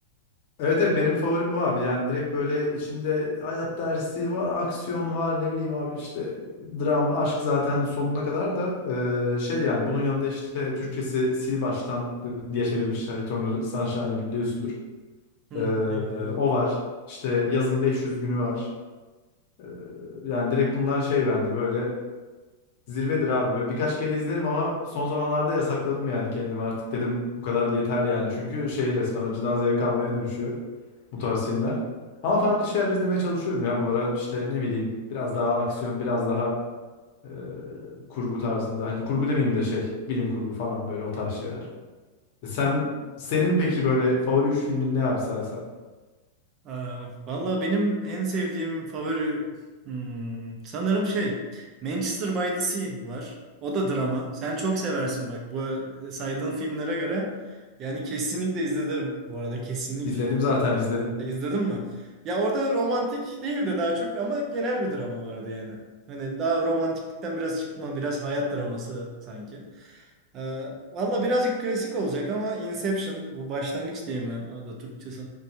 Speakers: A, on the left (about 50°); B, on the right (about 30°).
A: Evet evet benim favorim bu abi. Yani direkt böyle içinde hayat dersi var, aksiyon var, ne bileyim abi işte dram, aşk zaten sonuna kadar da eee, şey yani bunun yanında işte Türkçesi Sil Baştan diye çevirmişler. Eternal Sunshine'ı biliyorsundur.
B: Hı,
A: Eee,
B: evet, biliyordum.
A: o var. İşte yazın 500 günü var. Eee, yani direkt bunlar şey bende böyle Zirvedir abi. Böyle birkaç kere izlerim ama son zamanlarda yasakladım yani kendimi. Artık dedim bu kadar yeter yani. Çünkü şey resmen acıdan zevk almaya dönüşüyor bu tarz filmler. Ama farklı şeyler izlemeye çalışıyorum ya bu ara. işte ne bileyim biraz daha aksiyon, biraz daha e, kurgu tarzında. Hani kurgu demeyeyim de şey bilim kurgu falan böyle o tarz şeyler. Sen senin peki böyle favori 3 filmin ne abi saysan?
B: Aa, valla benim en sevdiğim favori hmm, sanırım şey Manchester by the Sea var. O da drama. Sen çok seversin bak bu e, saydığın filmlere göre. Yani kesinlikle izlerim bu arada kesinlikle.
A: İzledim zaten izledim.
B: İzledin mi? Ya orada romantik değil de daha çok ama genel bir drama vardı yani. Hani daha romantiklikten biraz çıkma, biraz hayat draması sanki. Ee, valla birazcık klasik olacak ama Inception bu başlangıç değil mi? O da Türkçesi.